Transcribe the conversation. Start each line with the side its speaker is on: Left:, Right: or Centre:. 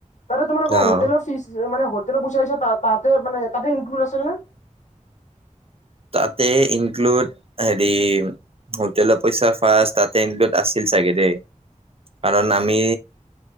Left: আৰু তোমালোকৰ
Right: অ
Left: হোটেল ফিজ মানে হো পইচা হিচাপ তাতে মানে তাতে ইনক্লুড আছিল নে?
Right: তাতে ইনক্লুড হেৰি হোটেলৰ পইচা ফাষ্ট তাতে ইনক্লুড আছিল চাগে দেই কাৰণ আমি